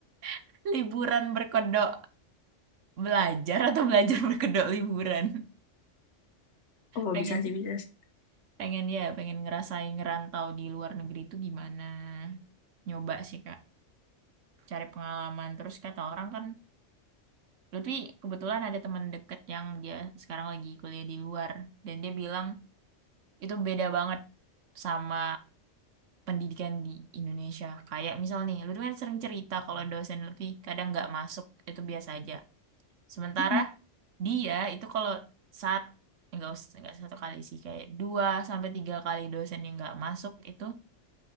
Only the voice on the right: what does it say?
<laughs> liburan berkedok belajar atau belajar berkedok liburan
pengen
pengen ya pengen ngerasain ngerantau di luar negeri itu gimana nyoba sih kak cari pengalaman terus kata orang kan Lutfi kebetulan ada teman deket yang dia sekarang lagi kuliah di luar dan dia bilang itu beda banget sama pendidikan di Indonesia kayak misal nih Lutfi kan sering cerita kalau dosen Lutfi kadang nggak masuk itu biasa aja sementara
dia itu kalau saat enggak enggak satu kali sih kayak dua sampai tiga kali dosen yang nggak masuk itu